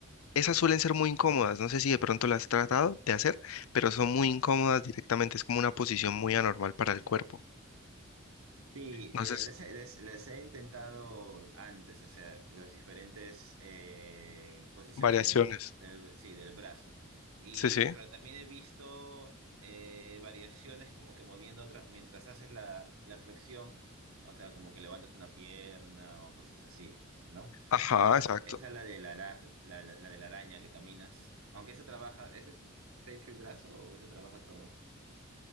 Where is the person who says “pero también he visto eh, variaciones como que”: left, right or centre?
Right